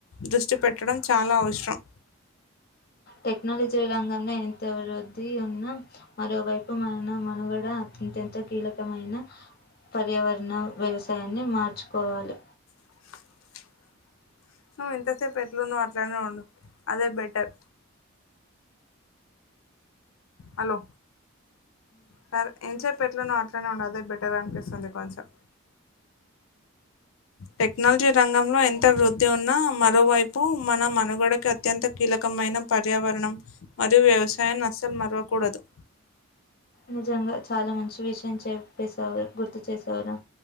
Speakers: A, on the left (about 75°); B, on the left (about 45°).
A: దృష్టి పెట్టడం చాలా అవసరం
B: టెక్నాలజీ రంగంలో ఎంత అభివృద్ధి ఉన్నా మరోవైపు మ మనుగడ అత్యత కీలక కమైన పర్యావరణ వ్యవసాయాన్ని మార్చుకోవాలి
A: <inaudible> నువ్వు ఇంతసేపు ఎట్లు నువ్వు అట్లానే ఉండు అదే బెటర్ హలో సరే ఇంతసేపు ఏట్లున్నావో అదేబెటర్ అనిపిస్తుంది కొంచెం టెక్నాలజీ రంగంలో ఎంత వృద్ధి ఉన్నా మరోవైపు మన మనుగడకి అత్యంత కీలక మైన పర్యావరణం మరియు వ్యవసాయం అసలు మరవకూడదు
B: నిజంగా చాలా మంచి విషయం చెప్పేసావ్ గుర్తు చేసారు